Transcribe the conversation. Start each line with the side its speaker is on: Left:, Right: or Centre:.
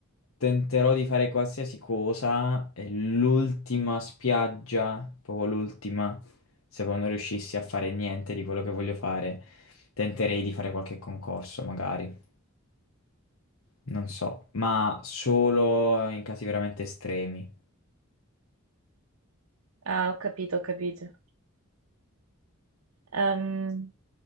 Left: tenterò di fare qualsiasi cosa e l'ultima spiaggia, proprio l'ultima, se poi non riuscissi a fare niente di quello che voglio fare, tenterei di fare qualche concorso, magari non so, ma solo in casi veramente estremi.
Right: Ah, ho capito, ho capito. Ehm,